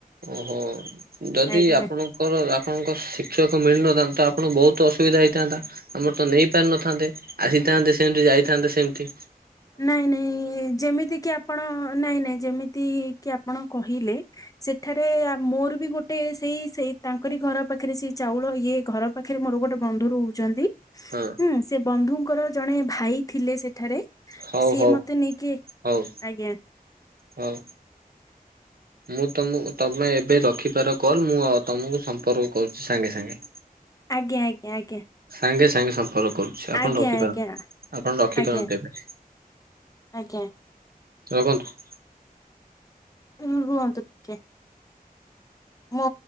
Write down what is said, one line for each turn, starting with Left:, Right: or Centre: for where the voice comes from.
Right: ଓହୋ ଯଦି
Left: ଆଜ୍ଞା
Right: ଆପଣ ଙ୍କର ଆପଣଙ୍କ ଶିକ୍ଷକ ମିଳିନଥାନ୍ତା ତ ଆପଣଙ୍କୁ ବୋହୁତ ଅସୁବିଧା ହେଇଥାନ୍ତା। ଆମର ତ ନେଇ ପାରିନଥାନ୍ତେ ଆସିଥାନ୍ତେ ସେମତି ଯାଇଥାନ୍ତେ ସେମତି।
Left: ନାଇଁ ନାଇଁ ଯେମିତି କି ଆ ପଣ ନାଇଁ ନାଇଁ ଯେମିତି କି ଆପଣ କହିଲେ ସେଠାରେ ମୋରୋ ବି ଗୋଟେ ସେଇ ସେଇ ତାଙ୍କରି ଘର ପାଖେରେ ସେଇ ଚାଉଳ ଇଏ ଘର ପାଖେରେ ମୋରୋ ଗୋଟେ ବନ୍ଧୁ ରୋହୁ ଚନ୍ତି।
Right: ହଁ।
Left: ହୁଁ ସେ ବନ୍ଧୁଙ୍କର ଜଣେ ଭାଇ ଥିଲେ ସେଠାରେ।
Right: ହଉ
Left: ସିଏ
Right: ହୋଉ
Left: ମତେ ନେଇକି
Right: ହୋଉ
Left: ଆଜ୍ଞା
Right: ହୋଉ।
Left: <inaudible>
Right: ମୁଁ ତମୁକୁ ତମେ ଏବେ ରଖିପାର କଲ୍ ମୁଁ ଅ ତୁମୁକୁ ସମ୍ପର୍କ କରୁଛି ସାଙ୍ଗେ ସାଙ୍ଗେ।
Left: ଆଜ୍ଞା ଆଜ୍ଞା ଆଜ୍ଞା।
Right: ସାଙ୍ଗେ ସାଙ୍ଗେ ସମ୍ପର୍କ କରୁ ଛି ଆପଣ
Left: ଆଜ୍ଞା
Right: ରଖିପାରନ୍ତି
Left: ଆଜ୍ଞା
Right: ଆପଣ ରଖିପାରନ୍ତି
Left: ଆଜ୍ଞା
Right: ଏବେ।
Left: ଆଜ୍ଞା
Right: ରଖନ୍ତୁ।
Left: ରୁହନ୍ତୁ ଟିକେ। ମୋ